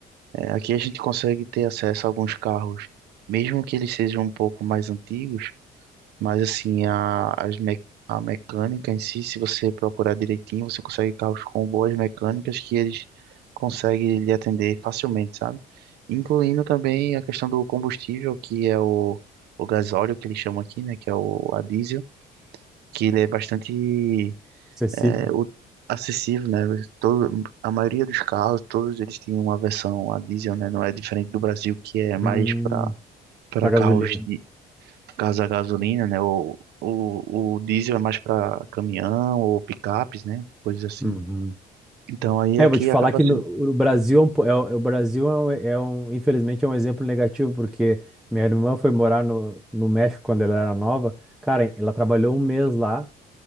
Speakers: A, on the right; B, in the centre.
A: é, aqui a gente consegue ter acesso a alguns carros, mesmo que eles sejam um pouco mais antigos, mas assim, a, as me, a mecânica em si, se você procurar direitinho, você consegue carros com boas mecânicas que eles conseguem lhe atender facilmente, sabe? Incluindo também a questão do combustível, que é o, o gasóleo, que eles chamam aqui, né? Que é o a diesel, que ele é bastante
B: Acessível.
A: é, o- acessível, né? Todo, a maioria dos carros, todos eles têm uma versão a diesel, né? Não é diferente do Brasil, que é mais
B: Hum,
A: para para
B: a gasolina.
A: carros caso a gasolina, né? O, o, o diesel é mais para caminhão ou picapes, né? Coisas assim.
B: Uhum.
A: Então aí
B: É,
A: aqui
B: eu vou te falar
A: acaba
B: que
A: sendo.
B: no, o Brasil, é um, po- é o é o Brasil é um, é um- infelizmente, é um exemplo negativo, porque minha irmã foi morar no, no México quando ela era nova. Cara, ela trabalhou um mês lá